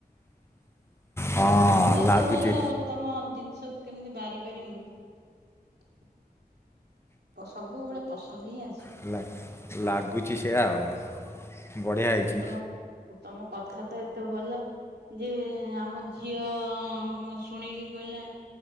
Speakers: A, on the left; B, on the right.
A: ହଁ
B: ତମେ ଏତେ
A: ଲାଗୁଛି
B: ଭଲ ଆଉ ତମ ଜିନିଷ। କେମିତି ବାରିପାରି ମୁଁ ପସ ସବୁବେଳେ ପସନ୍ଦ ହେଇ ଆ
A: ହେଲା ଲାଗୁଚି ସେୟା ଆଉ। ବଢ଼ିଆ ହେଇଛି
B: ତମ ତମ କଥା ତ ଏତେ ଭଲ। ଯେ ଆମ ଝିଅ ଶୁଣିକି କହିଲା।